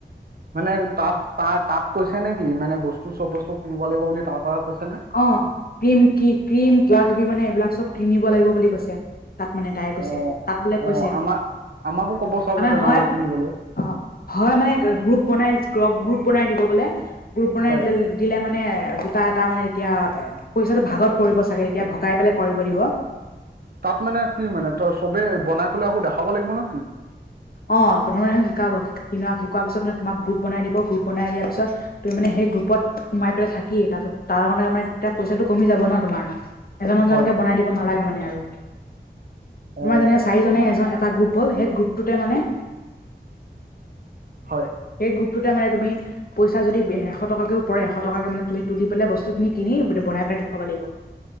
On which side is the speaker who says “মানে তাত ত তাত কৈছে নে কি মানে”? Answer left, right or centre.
Right